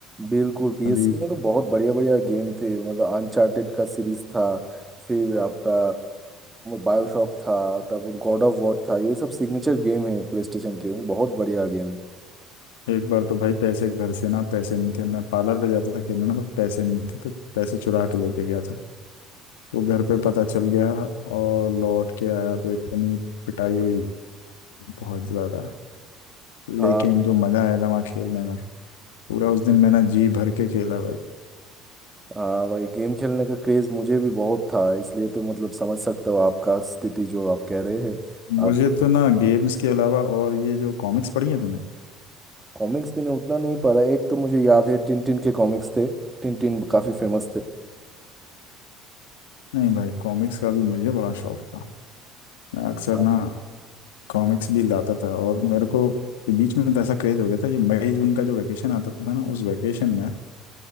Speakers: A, on the right; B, on the left.
A: बिल्कुल पी
B: अभी
A: एस में तो बहुत बढ़िया बढ़िया गेम थे मतलब अनचार्टेड का सीरीज था फिर आपका बायोशॉक था तब गॉड ऑफ वॉर था ये सब सिग्नेचर गेम है प्ले स्टेशन के बहुत बढ़िया गेम
B: एक बार तो भाई पैसे घर से ना पैसे नहीं थे मैं पार्लर पे जाता था खेलने ना तो पैसे नहीं थे तो पैसे चुरा के लेके गया था वो घर पे पता चल गया और लौट के आया तो इतनी पिटाई हुई बहुत ज्यादा
A: हाँ
B: लेकिन जो मजा आया था वहाँ खेलने में पूरा उस दिन मैंने जी भर के खेला भाई
A: हाँ भाई गेम खेलने का क्रेज मुझे भी बहुत था इसलिए तो मतलब समझ सकते हो आपका स्थिति जो आप कह रहे हैं
B: मुझे
A: आप
B: तो ना गेम्स के अलावा और ये जो कॉमिक्स पढ़ी है तुम्हें
A: कॉमिक्स मैंने उतना नहीं पढ़ा एक तो मुझे याद है टिन टिन के कॉमिक्स थे टिन टिन काफी फेमस थे
B: नहीं भाई कॉमिक्स का भी मुझे बड़ा शौक था मैं अक्सर
A: हाँ।
B: ना कॉमिक्स भी लाता था और मेरे को के बीच में तो ऐसा क्रेज हो गया था ये मई जून का जो वैकेशन आता था ना उस वैकेशन में